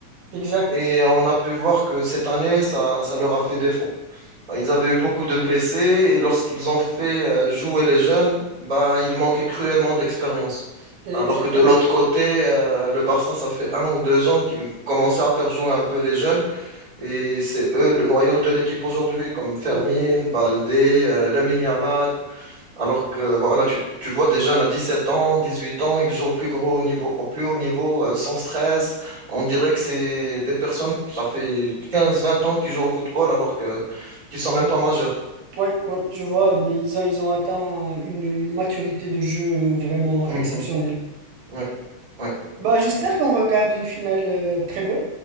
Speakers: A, on the right; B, on the right.
A: Exact,
B: Et on a pu voir que cette année, ça, ça leur a fait défaut. Bah, ils avaient eu beaucoup de blessés et lorsqu'ils ont fait euh, jouer les jeunes, bah, ils manquaient cruellement d'expérience.
A: exactement.
B: Alors que de l'autre côté, euh, le Barça, ça fait un ou deux ans qu'ils commençaient à faire jouer un peu les jeunes et c'est eux le noyau de l'équipe aujourd'hui, comme Fermin,
A: Oui,
B: Baldé, euh, Lamine Yamal. Alors que voilà, tu, tu vois des jeunes à 17 ans, 18 ans, ils jouent au plus gros niveau, au plus haut niveau, euh, sans stress. On dirait que c'est des personnes, ça fait 15, 20 ans qu'ils jouent au football alors que qu'ils sont même pas majeurs.
A: oui, oui, je vois, eh ben, ils ont, ils ont atteint une, une maturité de jeu euh, vraiment
B: Mhm.
A: exceptionnelle.
B: Ouais, ouais.
A: Bah, j'espère qu'on regarde une finale euh, très bonne